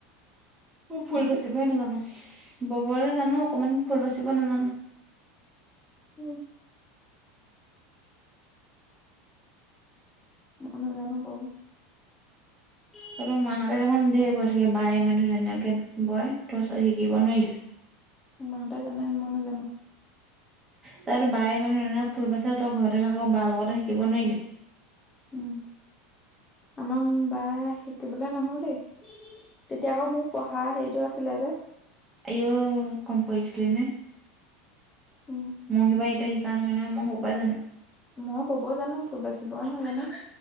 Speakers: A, on the right; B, on the left.
A: মোৰ ফুল
B: উম
A: বাচিবহে নাজানো, ববলৈ জানো অকমান ফুল বাচিব নাজানো।
B: উম। মই নাজানো বব। উ <inaudible>
A: তহতৰ মাহঁতে দেখোন ঢেৰ বয় থাকে, বায়ে ইমান ধুনীয়া - ধুনীয়াকে বয়, তই পিছত শিকিব নোৱাৰিলি?
B: মাহঁতে জানে, মই নাজানো।
A: তাৰ বায়ে ইমান ধুনীয়া ফুল বাছে তই ঘৰতে থাক বাৰ লগতে শিকিব নোৱাৰিলি?
B: উম, আমাৰ বায় শিকিবলৈ নহল দেই। তেতিয়া আকৌ মোৰ পঢ়া হেৰিটো আছিলে যে।
A: আই অ, কম পঢ়িছিলি নে?
B: উম।
A: মই কিবা এতিয়া শিকা নহয় নহয়, মই সৰুৰ পৰাই জানো।
B: মই ব'ব জানো, ফুল বাচিবই নাজানো।